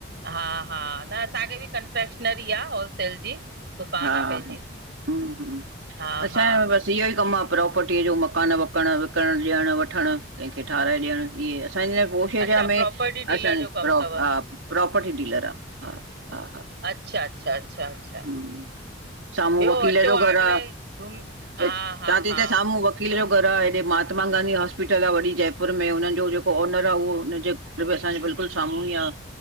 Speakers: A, on the right (about 60°); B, on the right (about 85°).
A: हा हा न असांखे बि कंफ्रेशनरी आ होलसेल जी। दुकानु
B: हा
A: आहे पंहिंजी
B: हा हू हू
A: हा
B: असांय
A: हा
B: बस इहो ई कमु आ प्रोपर्टीअ जो मकान वकान विकरण ॾियण वठणु कंहिंखे ठाहिराय ॾियण इहे असांजा पोष
A: अच्छा
B: एरिया में,
A: प्रॉपर्टी डीलर
B: असां
A: जो कमु
B: प्रो
A: अथव
B: हा प्रोपर्टी डीलर आ हा हा हा।
A: अच्छा अच्छा अच्छा अच्छा,
B: हम्म साम्हूं
A: ॿियो
B: वकील
A: अचो
B: जो
A: आगरे
B: घर आ
A: घुम,
B: चवां
A: हा हा
B: थी
A: हा
B: त साम्हूं वकील जो घर आ हेॾे महात्मा गांधी हॉस्पिटल आ वॾी जयपुर में हुननि जो जेको ओनर आ उहो हुनजे त बि असांजे बिल्कुल साम्हूं ई आ